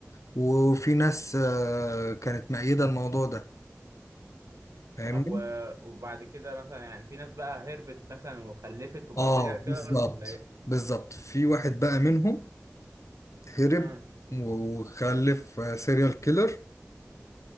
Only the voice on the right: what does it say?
طب و... وبعد كده مثلا يعني في ناس بقى هربت مثلا وخلفت وبقوا
سيريال كيلرز
ولا
ايه